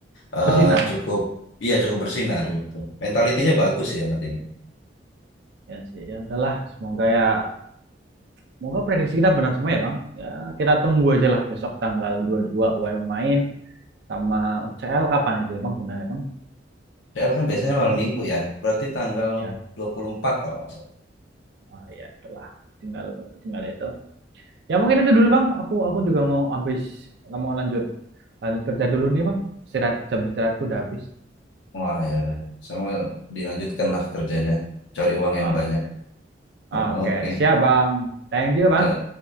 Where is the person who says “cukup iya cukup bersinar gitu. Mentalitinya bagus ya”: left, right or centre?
Left